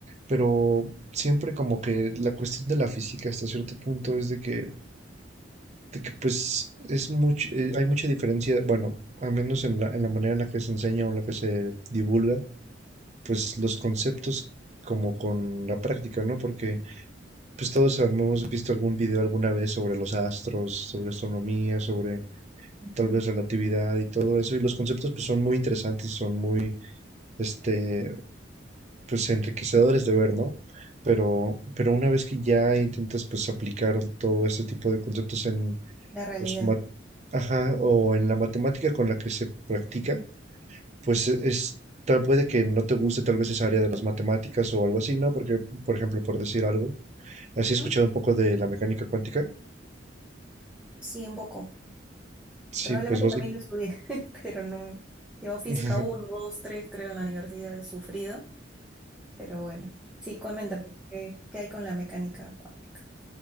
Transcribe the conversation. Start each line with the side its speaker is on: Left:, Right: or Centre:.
Right: pero siempre como que la cuestión de la física hasta cierto punto es de que, de que pues es mucho, eh, hay mucha diferencia, bueno, al menos en la, en la manera en la que se enseña o en la que se divulga. pues los conceptos como con la práctica, ¿no? Porque pues todos hemos visto algún video alguna vez sobre los astros, sobre astronomía, sobre
Centre: <laughs> Ujú.
Right: tal vez relatividad y todo eso, y los conceptos pues son muy interesantes y son muy, este, pues enriquecedores de ver, ¿no? Pero, pero una vez que ya intentas pues aplicar todo este tipo de conceptos en,
Centre: La realidad.
Right: pues, ma- ajá, o en la matemática con la que se practica, pues, e-, es tal puede que no te guste tal vez esa área de las matemáticas o algo así, ¿no? Porque, por ejemplo, por decir algo, ¿has escuchado
Centre: ¿Mm?
Right: un poco de la mecánica cuántica?
Centre: Sí, un poco.
Right: Sí,
Centre: Probablemente
Right: pues básic
Centre: también lo estudié, <laughs> pero no. Llevo física
Right: <laughs>
Centre: uno, 2, 3, creo, en la universidad. He sufrido, pero bueno. Sí, coméntame, ¿qué, qué hay con la mecánica? cuántica.